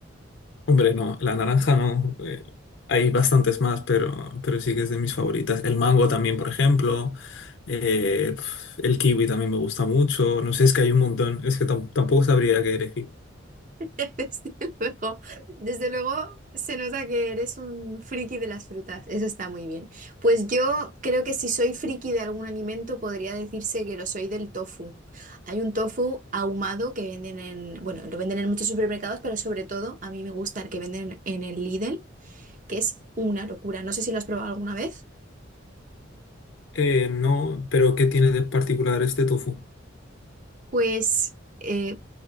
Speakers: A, on the left (about 65°); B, on the right (about 40°).
A: Hombre, no, la naranja no. eh, hay bastantes más, pero, pero sí que es de mis favoritas. El mango también, por ejemplo. eh, pf, el kiwi también me gusta mucho. No sé, es que hay un montón. Es que tam- tampoco sabría qué elegir.
B: Desde luego, desde luego se nota que eres un friki de las frutas. Eso está muy bien. Pues yo creo que si soy friki de algún alimento, podría decirse que lo soy del tofu. Hay un tofu ahumado que venden en, bueno, lo venden en muchos supermercados, pero sobre todo a mí me gusta el que venden en el Lidl que es una locura. No sé si lo has probado alguna vez.
A: Eh, no, pero ¿qué tiene de particular este tofu?
B: Pues eh,